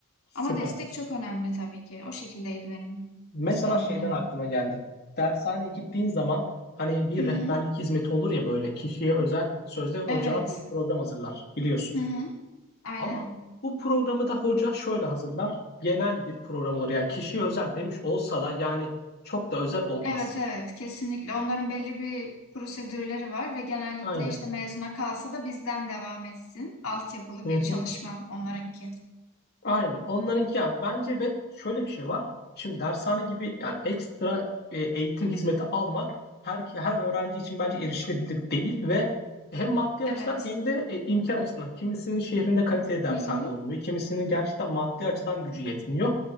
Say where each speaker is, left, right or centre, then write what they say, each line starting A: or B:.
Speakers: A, on the left; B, on the left.
A: Süper.
B: Ama destek çok önemli tabii ki. O şekildeydi benim
A: Mesela
B: sınav
A: şeyden
B: dönemim.
A: aklıma geldi. Dershaneye gittiğin zaman hani bir
B: Hı
A: rehberlik
B: hı.
A: hizmeti olur ya böyle kişiye özel sözde hocalar
B: Evet.
A: bir program hazırlar biliyorsun.
B: Hı hı. Aynen.
A: Ama bu programı da hoca şöyle hazırlar. Genel bir program olur yani kişiye özel demiş olsa da yani çok da özel olmaz.
B: Evet evet kesinlikle onların belli bir prosedürleri var ve genellikle
A: Aynen.
B: işte mezuna kalsa da bizden devam etsin. Altyapılı
A: Hı
B: bir çalışma
A: hı.
B: onlarınki.
A: Aynen. Onlarınki yani bence ve şöyle bir şey var. Şimdi dershane gibi yani ekstra e, eğitim hizmeti almak her her öğrenci için bence erişilebilir değil ve hem maddi açıdan
B: Evet.
A: hem de e, imkan açısından. Kimisinin şehrinde kaliteli dershane
B: Hı hı.
A: olmuyor. Kimisinin gerçekten maddi açıdan gücü yetmiyor.